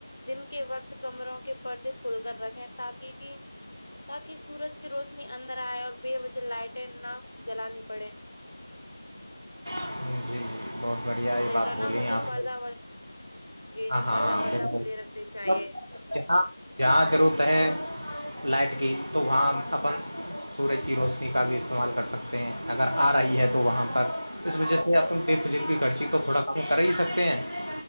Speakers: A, on the left (about 45°); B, on the right (about 75°).
A: دن کے وقت کمروں کے پردے کھل کر رکھیں تاکہ کہ تاکہ سورج کی روشنی اندر آئے اور بے وجہ لائٹیں نہ جلانی پڑے
B: جی جی بہت بڑھیا یہ
A: صحیح
B: بات
A: کہا نا
B: بولی
A: مطلب
B: آپ
A: پردہ
B: نے
A: وغیرہ جی
B: ہاں
A: جی
B: ہاں
A: پردہ وردہ
B: بالکل
A: کھلے رکھنے چاہیے
B: مب جہاں جہاں ضرورت ہے لائٹ کی تو وہاں اپ سورج کی روشنی کا بھی استعمال کر سکتے ہیں اگر آ رہی ہے تو وہاں پر اس وجہ سے اپ بے فضل
A: جی
B: کی خرچی تو تھوڑا کم کر ہی سکتے ہیں